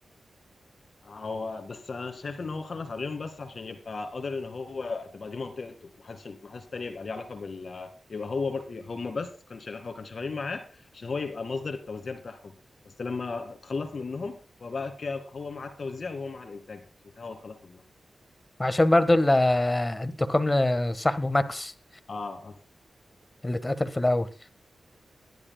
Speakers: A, on the left; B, on the left.
A: هو بس انا شايف ان هو خلص عليهم بس عشان يبقى قادر ان هو تبقى دي منطقته ما حدش ما حدش تاني يبقى ليه علاقه بال يبقى هو بر... هم بس كان شغال هو كان شغالين معاه عشان هو يبقى مصدر التوزيع بتاعهم بس لما اتخلص منهم هو بقى كده هو مع التوزيع وهو مع الانتاج عشان كده هو اتخلص منهم
B: وعشان برضو ال- آه، انتقام لصاحبه ماكس
A: اه أص-
B: اللي اتقتل في الأول